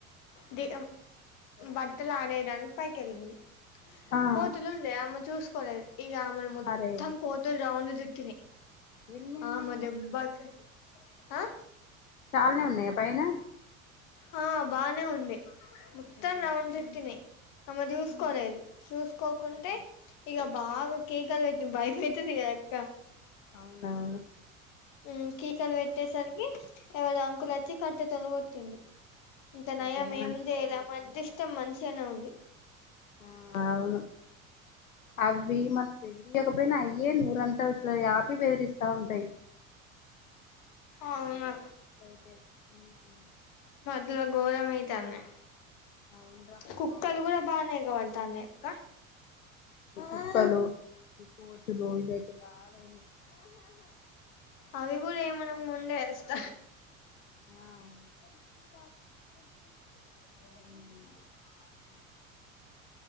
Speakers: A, on the left; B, on the left.
A: దీ బట్టలు ఆరేయడానికి పైకి వెళ్ళింది
B: ఆ
A: కోతులు ఉండే ఆమె చూసు కోలేదు ఆమెను మొత్తం
B: అరే
A: కోతులు రౌండ్ జుట్టుని
B: ఎన్నిన్ని
A: ఆమె దెబ్బాకి ఆ
B: చాలనే ఉన్నాయా పైనా
A: ఆ బానే ఉండే మొత్తాం
B: అయ్యో
A: రౌండ్ చుట్టీనై ఆమె చూస్కోలేదు
B: ఉమ్
A: చూస్కోకుంటే
B: సరే
A: ఇగ బాగ కేకలు పెట్టింది భయమైతది కదా అక్క
B: అవునువును
A: హ్మ్ కీకలు పెట్టేసరికి ఎవరు అంకులుచ్చి
B: ఉమ్
A: కట్టి తో నే కోట్ తిండు ఇంత నయం
B: అదే మంచి
A: ఏమి చేయలే
B: పని చేసింది
A: అదృష్టం మంచిగానే ఉం ఆ
B: ఆ అవును అవి మనం బెదిరియకపోయినా అయ్యే నూరంతా అట్లా ఆపి బెదిరిస్ త్తా ఉంటాయి
A: అవునా
B: లేదే హ్మ్ హు
A: చాలా కొరమైతండా
B: అవునురా
A: కుక్కలు కూడా బాగానే ఎగ బడతాండి క
B: ఉప్పలు ఈ కోతులు <unintelligible> బాధ అయింది ఆహాహా
A: అవి గూడ ఏమ ముందే ఎస్త
B: ఆ <unintelligible>
A: <inaudible>
B: ఉమ్,